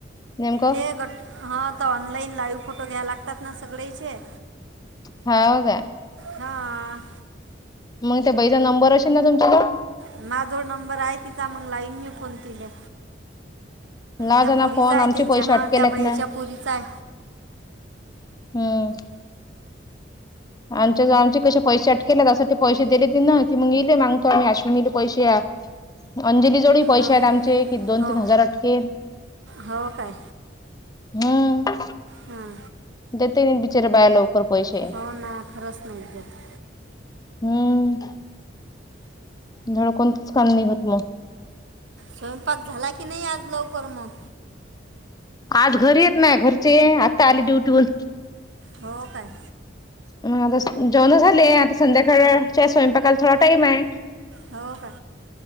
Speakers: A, on the left (about 20°); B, on the right (about 80°).
A: नेमकं
B: ते गट, हा तर ऑनलाईन लाईव्ह फोटो घ्यावं लागतात ना सगळेचे.
A: हांव काय.
B: हां.
A: मग त्या बाईचा नंबर असेल ना तुमच्याजवळ.
B: माझं जवळ नंबर आय तिचा, मंग लाविन मी फोन तिले.
A: लावजा
B: त्या
A: ना
B: पुरीच
A: फोन
B: आहे
A: आमचे
B: त्यांच्या
A: पैसे
B: हां,
A: अटकेलेत
B: त्या बयेच्या
A: ना
B: पुरीचा आय.
A: हम्म. आमच्या ज आमचे कसे पैसे अटकले तस ते पैसे दिले तिनं, की मग इईले मागतो आश्विनी ल पैशेय. अंजली जवड पैसे
B: हो
A: आहेत
B: काय
A: आमचे, कि दोन
B: हो
A: तीन हजार अटकेल.
B: हो काय
A: हम्म.
B: हां.
A: देते नी बिचारे बाया लवकर पैशे.
B: हो ना खरंच नाही देत
A: हम्म,, धड कोणतंच काम नाही होतं मग.
B: स्वयंपाक झाला की, नाही आज लवकर मग.
A: आज घरी येत नाही घरचे, आत्ता आले ड्युटी वून.
B: हो काय.
A: मग आता जेवणं झाले, आता संध्याकाळच्या स्वयंपाकाला थोडा टाइम ये.
B: हो का,